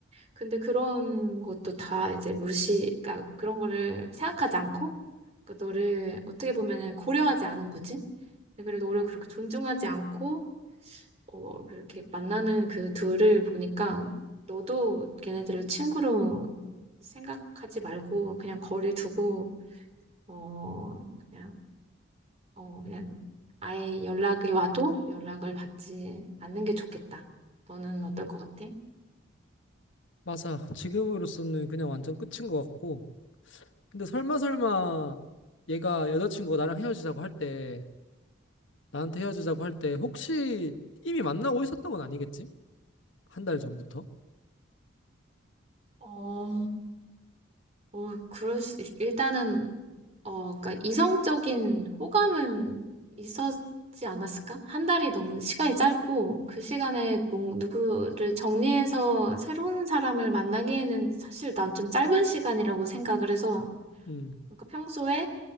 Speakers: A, on the right; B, on the left.
A: 근데 그런 것도 다 이제 무시, 그러니까 그런 거를 생각하지 않고 그러니까 너를 어떻게 보면은 고려하지 않은 거지. 근데 그래도 너를 그렇게 존중하지 않고 어 그렇게 만나는 그 둘을 보니까 너도 걔네들을 친구로 생각하지 말고 그냥 거리 두고 어 그냥 어, 그냥 아예 연락이 와도 연락을 받지 않는 게 좋겠다. 너는 어떨 것 같아?
B: 맞아. 지금으로서는 그냥 완전 끝인 것 같고. 근데 설마 설마 얘가 여자친구가 나랑 헤어지자고 할 때, 나한테 헤어지자고 할 때 혹시 이미 만나고 있었던 건 아니겠지? 한 달 전부터?
A: 어, 어, 그럴 수, 일- 일단은, 어, 그니까 이성적인 호감은 있었지 않았을까? 한 달이 너무 시간이 짧고, 그 시간에 뭐, 누구를 정리해서 새로운 사람을 만나기에는 사실 난 좀 짧은 시간이라고 생각을 해서,
B: 음,
A: 그러니까 평소에